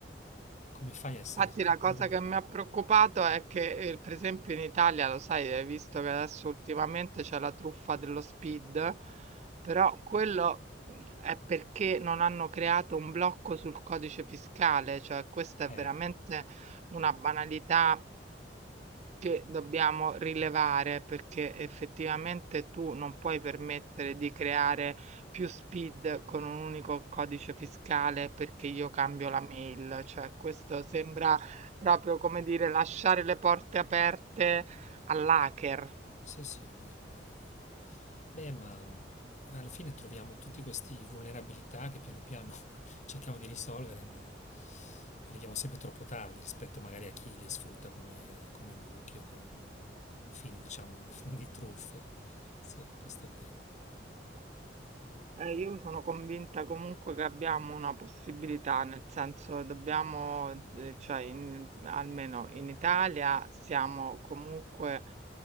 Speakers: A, on the left; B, on the right.
A: Come fai a essere
B: Infatti
A: sicuro?
B: la cosa che mi ha preoccupato è che, eh, per esempio, in Italia, lo sai, hai visto che adesso ultimamente c'è la truffa dello Speed, però quello mh, è perché non hanno creato un blocco sul codice fiscale, cioè questa
A: Eh,
B: è veramente una banalità Che dobbiamo rilevare perché effettivamente tu non puoi permettere di creare più SPID con un unico codice fiscale perché io cambio la mail, cioè questo sembra proprio come dire lasciare le porte aperte all'hacker.
A: sì, sì, è vero, è vero, è vero. Beh, ma mh, alla fine troviamo tutti questi vulnerabilità che piano piano <laughs> cerchiamo di risolvere, ma arriviamo sempre troppo tardi rispetto magari a chi li sfrutta come, come buchi o con fini, diciamo, <laughs> di truffe. Sì, questo è vero.
B: Eh, io sono convinta comunque che abbiamo una possibilità, nel senso dobbiamo, eh, cioè in- almeno in Italia siamo comunque